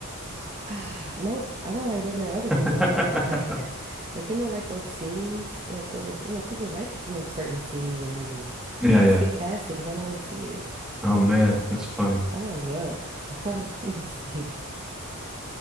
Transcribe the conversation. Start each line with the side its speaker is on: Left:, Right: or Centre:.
Right: Ah, nope. I don't like looking at other people.
Centre: <laughs>
Right: <laughs> Like, like you know, like those scenes, like those, you know, people like, you know, certain scenes in movies.
Centre: Yeah,
Right: I
Centre: yeah.
Right: skip past it because I don't want to see it.
Centre: Oh man, that's funny. <laughs>
Right: I'm like, yuck. <laughs> I don't want to <laughs> see that.